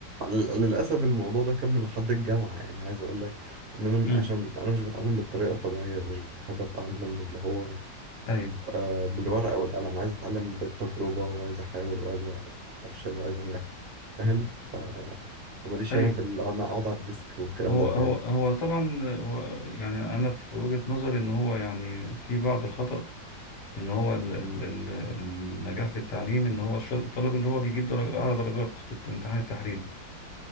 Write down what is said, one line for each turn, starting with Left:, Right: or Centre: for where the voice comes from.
Right: لل- للأسف الموضوع ده كمل لحد الجامعة يعني عايز أقول لك إن أنا م-
Left: امم
Right: عشان أنا مش بتعلم بالطريقة الطبيعية مش بحب أتعامل اللي هو
Left: ايوه
Right: آه، بالورقة والقلم عايز أتعلم بالتجربة وعايز أحاول وعايز أفشل وعايز أنجح فاهم
Left: مم.
Right: ف... فماليش
Left: ايوه
Right: أنا في اللي أنا أقعد على الديسك والكلام
Left: هو
Right: ده
Left: هو
Right: فاهم
Left: هو طبعا هو يعني انا في وجهة نظري ان هو يعني في بعض الخطأ ان هو ال- ال- ال- النجاح في التعليم ان هو الش- الطالب اللي هو بيجيب درجة اعلى درجات في الامتحان التحريري